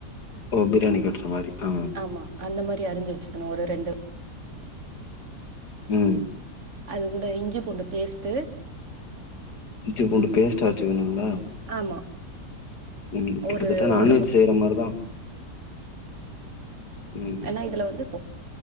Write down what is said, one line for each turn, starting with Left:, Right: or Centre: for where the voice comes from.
Left: ஓ பிரியாணிக்கு வெட்றா மாரி ஆ
Right: ஆமா அந்த மாரி அறிஞ்சு வெச்சுக்கணு ஒரு ரெண்டு
Left: ம்
Right: அது கூட இஞ்சி பூண்டு பேஸ்ட்டு
Left: இஞ்சி பூண்டு பேஸ்டா அரச்சுக்கணுங்ளா
Right: ஆமா
Left: ம் கிட்டத்தட்ட
Right: ஒரு
Left: நான்வெஜ்
Right: ஒரு ஸ்பூன்
Left: செய்ற மாரிதா ம்
Right: என்னா இதுல வந்து இப்போ